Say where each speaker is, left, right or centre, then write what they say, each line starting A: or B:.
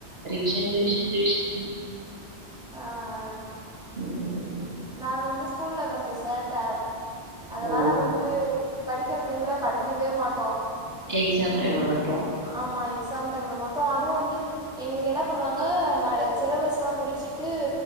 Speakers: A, on the right (about 65°); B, in the centre.
A: ரிவிஷன் ரிவிஷன் ரிவிஷன் தா
B: ஆ ஆ
A: ம்
B: நாங்க வந்து ஸ்கூல்ல கொஞ்சோ சேட்ட அதனால
A: ஓ
B: வந்து படிக்கிற டைம்ல படிக்கவே மாட்டோ
A: எக்ஸாம் டைம்ல மட்டு
B: ஆமா எக்ஸாம் டைம்ல மட்டு அதுவு வந்து எங்களுக்கு என்ன பண்ணுவாங்க நா சிலபஸ்லா முடிச்சுட்டு